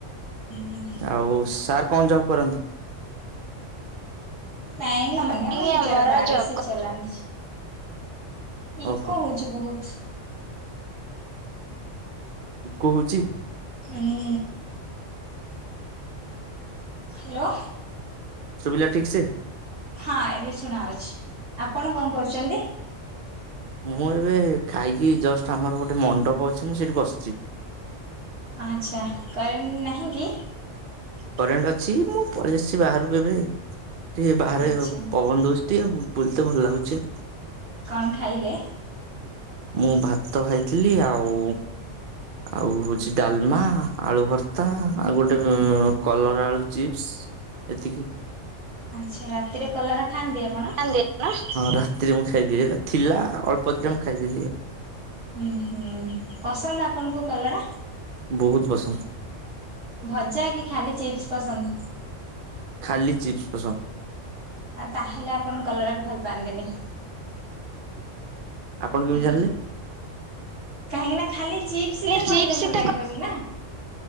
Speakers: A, on the right (about 75°); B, on the right (about 50°).
A: ହୁଁ।
B: ଆଉ ସାର୍ କଣ ଜବ୍ କରନ୍ତି।
A: ନାଇଁ ମ
B: ଏଇ
A: ମ ନିଜର
B: ଆମର
A: ଗାଡ଼ି
B: ଜବ୍
A: ସେ ଚଲଣି। ଇକ
B: ଓହୋ
A: ହଉଛି ବହୁତ।
B: ଇକ ହଉଛି।
A: <unintelligible> ହ୍ୟାଲୋ।
B: ସୁବିଲା ଠିକ ସେ
A: ହଁ ଏବେ ଶୁଣାଉଛି ଆପଣ କଣ କରୁଛନ୍ତି।
B: ମୁଁ ଏବେ ଖାଇକି ଜଷ୍ଟ ଆମର ଗୋଟେ ମଣ୍ଡପ ଅଛି ମୁଁ ସେଇଠି ବସିଛି।
A: ଆଚ୍ଛା କରେଣ୍ଡ ନାହିଁ କି।
B: କରେଣ୍ଟ୍ ଅଛି, ମୁଁ ପଳେଇ ଆସିଛି ବାହାରକୁ ଏବେ, ଟିକେ ବାହାରେ
A: ଆଚ୍ଛା
B: ପବନ ଦଉଛି। ଟିକେ ବୁଲ୍ ବୁଲତେ ଭଲ ଲାଗୁଛି ଆଉ।
A: କଣ ଖାଇଲେ?
B: ମୁଁ ଭାତ ଖାଇଥିଲି ଆଉ ଆଉ ହଉଛି ଡାଲମା, ଆଳୁ ଭର୍ତ୍ତା, ଆଉ ଗୋଟେ କଲରା ଆଳୁ ଚିପ୍ସ। ଏତିକି।
A: ଆଚ୍ଛା ରାତିରେ କଲରା ଖାଆନ୍ତି ଆପଣ?
B: <unintelligible> ହଁ ରାତିରେ ମୁଁ ଖାଇଦିଏ, ଥିଲା ଅଳ୍ପ ଦିଟା ମୁଁ ଖାଇଦେଲି ଆଉ।
A: ଉଁ ହୁଁ, ପସନ୍ଦ ଆପଣଙ୍କୁ କଲରା?
B: ବହୁତ ପସନ୍ଦ।
A: ଭଜା କି ଖାଲି ଚିପ୍ସ ପସନ୍ଦ?
B: ଖାଲି ଚିପ୍ସ ପସନ୍ଦ।
A: ଆଉ ତାହେଲେ ଆପଣ କଲରାକୁ ଭଲ ପାଆନ୍ତିନି?
B: ଆପଣ କେମିତି
A: ହୁଁ-ହୁଁ,
B: ଜାଣିଲେ?
A: କାହିଁକି ନା ଖାଲି ଚିପ୍ସ ତ
B: ଚିପ୍ସ
A: କହିଲେ ଭଲ
B: ତ
A: ଲାଗିବନି ନା।